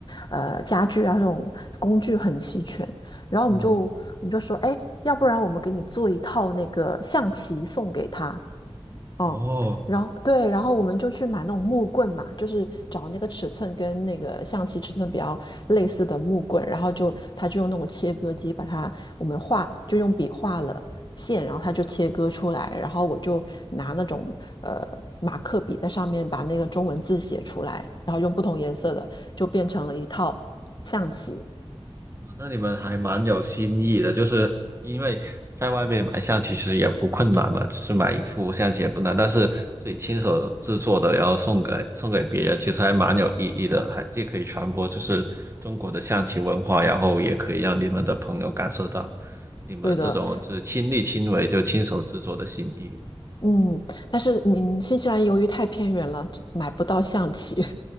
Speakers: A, on the left; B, on the right.
A: 呃，家具啊这种工具很齐全。然后我们就我们就说，
B: 嗯，
A: 哎，要不然我们给你做一套那个象棋送给他。哦，
B: 哦，
A: 然后对，然后我们就去买那种木棍嘛，就是找那个尺寸跟那个象棋尺寸比较类似的木棍，然后就他就用那种切割机把它，我们画就用笔画了线，然后他就切割出来，然后我就拿那种呃马克笔在上面把那个中文字写出来，然后用不同颜色的就变成了一套象棋。
B: 哇那你们还蛮有新意的，就是因为在外面买棋其实也不困难嘛，就是买一副象棋也不难，但是自己亲手制作的，然后送给送给别人，其实还蛮有意义的，还既可以传播就是中国的象棋文化，然后也可以让你们的朋友感受到你们这种就是亲力亲为就亲手制作的心意。
A: 对的，嗯，但是你新西兰由于太偏远了，买不到象棋。